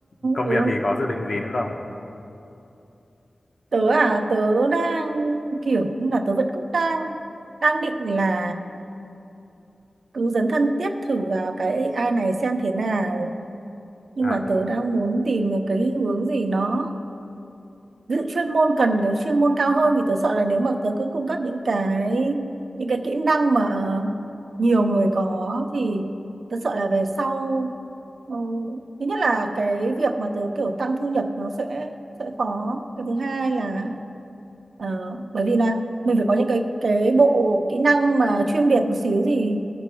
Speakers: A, on the left; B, on the right.
A: công
B: ừ,
A: việc thì có dự định gì nữa không
B: tớ à tớ đang kiểu như là tớ vẫn cũng đang đang định là cứ dấn thân tiếp thử vào cái AI này xem thế nào nhưng
A: à
B: mà
A: tớ...
B: tớ đang muốn tìm được cái hướng gì nó ví dụ chuyên môn cần cái chuyên môn cao hơn vì tớ sợ là nếu mà tớ cứ cung cấp những cái những cái kỹ năng mà ờ, nhiều người có thì tớ sợ là về sau ừ, thứ nhất là cái việc mà tớ kiểu tăng thu nhập nó sẽ sẽ khó cái thứ hai là ờ, bởi vì là mình phải có những cái cái bộ kỹ năng mà chuyên biệt một xíu thì